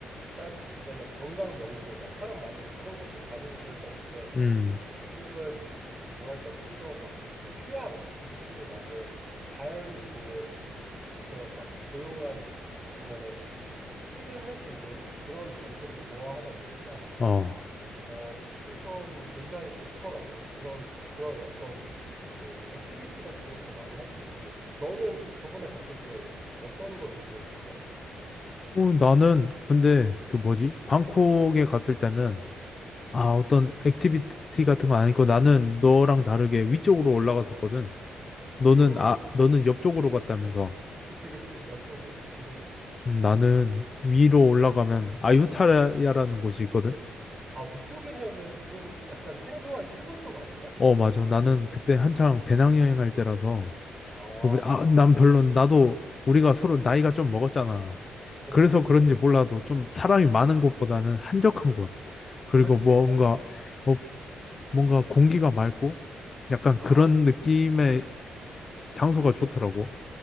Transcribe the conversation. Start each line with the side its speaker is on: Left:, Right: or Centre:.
Right: 따지고 보자면 관광 명소, 막 사람 많은 거 그런 것도 다니고 그랬었는데,
Left: 음.
Right: 지금은 뭐랄까 좀 더 막 이렇게 휴양 느낌이 나는 자연이 좋은 그런 막 조용한 아니면은 칠할 수 있는 그런 장소를 좋아하다 보니까
Left: 어.
Right: 어 피피섬이 굉장히 좋더라고 그런 그런 어떤 그 액티비티 같은 것도 많이 할 수 있고 너는 저번에 갔을 때뭐 어떤 걸 주로 했었어?
Left: 어, 나는 근데 그 뭐지? 방콕에 갔을 때는 아, 어떤 액티비티 같은 건 아니고 나는 너랑 다르게 위쪽으로 올라갔었거든. 너는
Right: 음
Left: 아, 너는 옆쪽으로 갔다면서.
Right: 그치 그치 옆쪽으로 지도 기준으로
Left: 음, 나는 위로 올라가면 아유타야라는 곳이 있거든.
Right: 아 위쪽이면은 좀 약간 생소한 시골 쪽 아닌가?
Left: 어, 맞아. 나는 그때 한창 배낭여행 할 때라서
Right: 아
Left: 그 뭐지? 아, 난 별로 나도 우리가 서로 나이가 좀 먹었잖아.
Right: 그렇지
Left: 그래서
Right: 그렇지.
Left: 그런지 몰라도 좀 사람이 많은 곳보다는 한적한 곳. 그리고
Right: 그렇지.
Left: 뭔가
Right: 나도 한,
Left: 어, 뭔가 공기가 맑고 약간
Right: 아,
Left: 그런 느낌의 장소가 좋더라고.